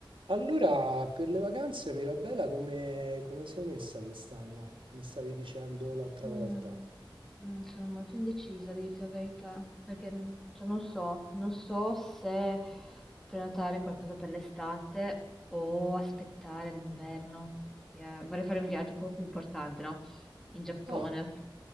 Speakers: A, on the right (about 80°); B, in the centre.
A: Allora, per le vacanze, Mirabella, come, come sei messa quest'anno? Mi stavi dicendo l'altra
B: Mm,
A: volta.
B: mm, sono molto indecisa, a dirti la verità, perché mm, cioè, non so, non so se prenotare qualcosa per l'estate o aspettare l'inverno, perché vorrei fare un viaggio un po' più importante, no? In Giappone.
A: Ah,